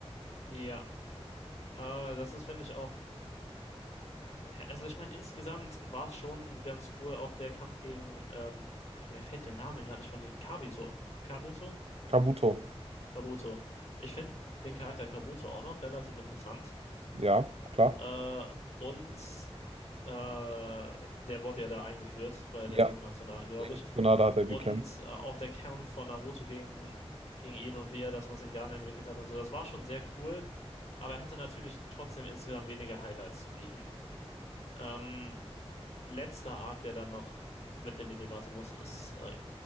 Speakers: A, on the left (about 80°); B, on the right (about 75°).
A: ja. Äh, das ist, finde ich, auch. Ja, also, ich meine, insgesamt war es schon ganz cool, auch der Kampf gegen, ähm, mir fällt der Name gerade nicht von den Kabuto. Kabuto?
B: Kabuto.
A: Kabuto. Ich finde den Charakter Kabuto auch noch relativ interessant.
B: Ja, klar.
A: Äh, und äh, der wurde ja da eingeführt bei
B: Ja.
A: der Suche nach Tsunade, glaube
B: Gegen
A: ich.
B: Tsunade hat er
A: Und
B: gekämpft.
A: äh, auch der Kampf von Naruto gegen, gegen ihn und wie er das Rasengan entwickelt hat und so, das war schon sehr cool. Aber er hatte natürlich trotzdem insgesamt weniger Highlights zu bieten. Ähm, letzter Arc, der dann noch mit in die Debatte muss, ist äh,